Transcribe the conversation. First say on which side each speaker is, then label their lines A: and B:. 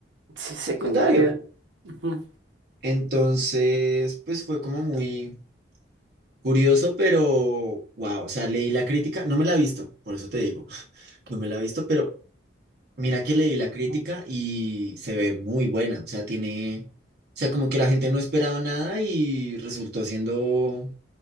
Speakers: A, on the right; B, on the right.
A: sí, secundario.
B: secundario.
A: ujú.
B: Entonces, pues fue como muy curioso, pero wow, o sea, leí la crítica, no me la he visto, por eso te digo, <laughs> no me la he visto, pero mira que leí la crítica
A: No.
B: y se ve muy buena, o sea, tiene, o sea, como que la gente no esperaba nada y resultó siendo